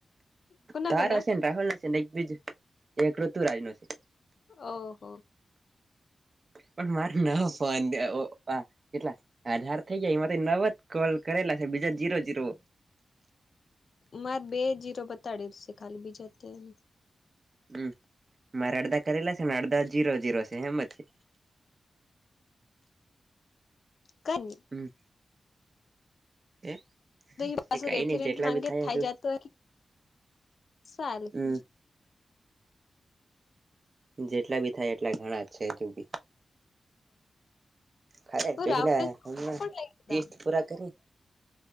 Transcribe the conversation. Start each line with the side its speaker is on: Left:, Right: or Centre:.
Left: કોના
Right: તારો
Left: કોના
Right: છે ને રાહુલ ન છે ને એકબીજ એક ઋતુરાજ નો છે.
Left: ઓહો
Right: પણ મારે ના ફોન દેવો આ કેટલા અઢાર થઇ જાય એમાંથી નવ જ કોલ કરેલા છે બીજા જીરો જીરો.
Left: મારે બે જીરો બતાડ છે ખાલી બીજા તેને
Right: હમ મારે અડધા કરેલા છે ને અડધા જીરો જીરો છે હેમ જ છે.
Left: કરીની <inaudible>
Right: હમ એક
Left: પાછું
Right: એ કઈ
Left: રેફરન્સ
Right: ન‌ઇ જેટલા
Left: માંગે
Right: બી થાય એટલે
Left: જતો સારું
Right: હમ
Left: હ
Right: જેટલા બી થાય એટલા ઘણા છે કયો કી ખરે
Left: હું
Right: પેલા
Left: રાહુલ પણ
Right: હમણાં
Left: લઈ લીધા
Right: તીશ પૂરા કરી.